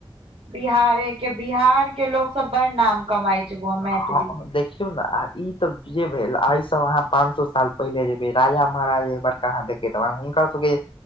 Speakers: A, on the right (about 70°); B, on the left (about 60°).
A: बिहारे के बिहार के लोक सब बड़ नाम। कमाइ छै बौआ
B: हँ
A: मैथिली
B: देखि। देखौ ने आ ई तऽ जे भेल एहि सबहाँ पांच सए साल पहिले जेबे राजा महाराजा। क हां देखैत हेवे हुनकर सबके।